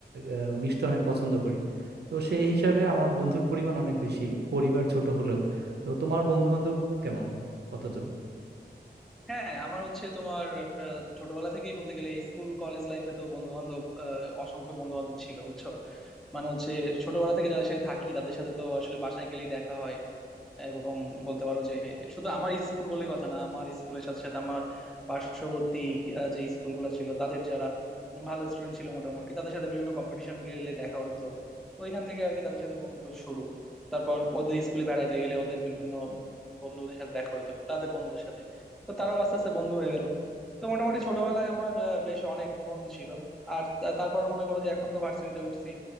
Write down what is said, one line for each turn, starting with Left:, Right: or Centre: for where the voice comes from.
Right: আহ, মিশতে অনেক পছন্দ করি তো সেই হিসাবে আমার বন্ধুর পরিমাণ অনেক বেশি পরিবার ছোট হলেও তো তোমার বন্ধু বান্ধব কেমন কতজন
Centre: হ্যাঁ আমার হচ্ছে তোমার আহ, ছোটবেলা থেকেই বলতে গেলে স্কুল কলেজ লাইফে তো বন্ধু বান্ধব অসংখ্য বন্ধু বান্ধব ছিল বুঝছো মানে হচ্ছে ছোটবেলা থেকে যাদের সাথে থাকি তাদের সাথে তো আসলে বাসায় গেলেই দেখা হয় এবং বলতে পারো যে শুধু আমার স্কুল বলে কথা না আমার স্কুলের সাথে সাথে আমার পার্শ্ববর্তী আহ, যে স্কুলগুলো ছিল তাদের যারা ভালো স্টুডেন্ট ছিল মোটামুটি তাদের সাথে বিভিন্ন কম্পিটিশন গেলে দেখা হইতো তো ওইখান থেকে আর কি তাদের সাথে বন্ধুত্ব শুরু তারপর ওদের স্কুলে বেড়াইতে গেলে ওদের বিভিন্ন বন্ধুদের সাথে দেখা হইতো তাদের বন্ধুদের সাথে তো তারাও আস্তে আস্তে বন্ধু হয়ে গেল তো মোটামুটি ছোটবেলায় আমার আহ, বেশ অনেক বন্ধু ছিল আর তা- তারপর মনে করো যে এখন তো ভার্সিটিতে উঠছি